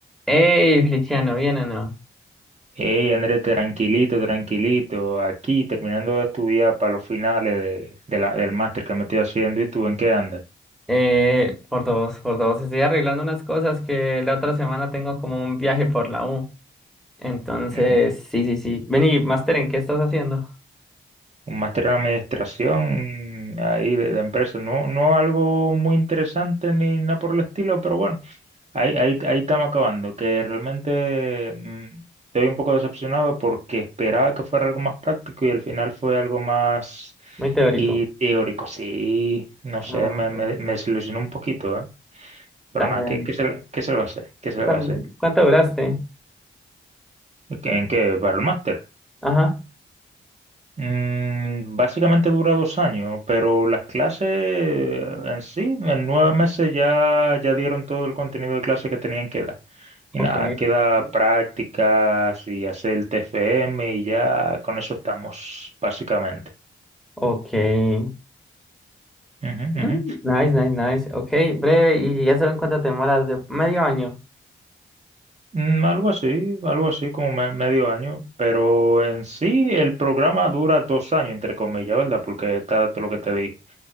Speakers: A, in the centre; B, on the right.
A: Hey, Feliciano, ¿bien o no?
B: Hey, Andrés, tranquilito, tranquilito. Aquí terminando de estudiar para los finales de, de la- del máster que me estoy haciendo. ¿Y tú en qué andas?
A: Eh, por dos, por dos. Estoy arreglando unas cosas que la otra semana tengo como un viaje por la U. Entonces,
B: <clears throat> Ujú.
A: sí, sí, sí. Vení, Master, ¿en qué estás haciendo?
B: Un máster en administración ahí de, de empresa. No, no algo muy interesante ni nada por el estilo, pero bueno, ahí, ahí, ahí estamos acabando. Que realmente mm, estoy un poco decepcionado porque esperaba que fuera algo más práctico y al final fue algo más
A: Muy teórico.
B: y teórico. Sí, no
A: Ah,
B: sé, me,
A: ok.
B: me, me desilusionó un poquito, ¿eh?
A: Dale,
B: Pero nada,
A: dale.
B: ¿qué, qué se, le- qué se le va a hacer? ¿Qué se
A: ¿Y
B: le
A: cuán-
B: va a hacer?
A: cuánto duraste?
B: ¿Qué- ¿En ¿Battle Master?
A: Ajá,
B: Mm, básicamente dura dos años, pero las clases en sí, en nueve meses ya, ya dieron todo el contenido de clase que tenían que dar. Y
A: ok,
B: nada, queda prácticas y hacer el TFM y ya con eso estamos, básicamente.
A: ok.
B: Ujú,
A: Mm,
B: ujú.
A: Nice, nice, nice. Ok, breve. ¿Y ya saben cuánto te demoras? ¿De medio año?
B: Mm, algo así, algo así como me- medio año, pero en sí el programa dura dos años, entre comillas, ¿verdad? Porque está todo lo que te dije.